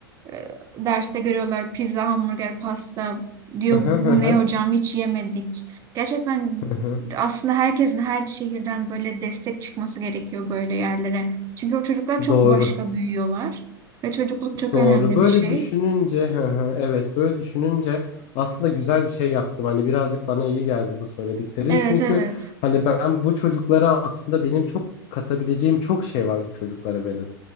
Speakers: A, on the right (about 30°); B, on the left (about 45°).
A: E, derste görüyorlar pizza, hamburger, pasta. Diyor
B: Hı hı
A: bu
B: hı hı,
A: ne hocam hiç yemedik. Gerçekten
B: hı hı.
A: aslında herkesin her şehirden böyle destek çıkması gerekiyor böyle yerlere. Çünkü o çocuklar çok
B: Doğru,
A: başka büyüyorlar. Ve çocukluk çok
B: doğru.
A: önemli
B: Böyle
A: bir şey.
B: düşününce, hı hı, evet, böyle düşününce aslında güzel bir şey yaptım. Hani birazcık bana iyi geldi bu söylediklerin.
A: Evet
B: Çünkü
A: evet.
B: hani ben bu çocuklara aslında benim çok katabileceğim çok şey var bu çocuklara benim.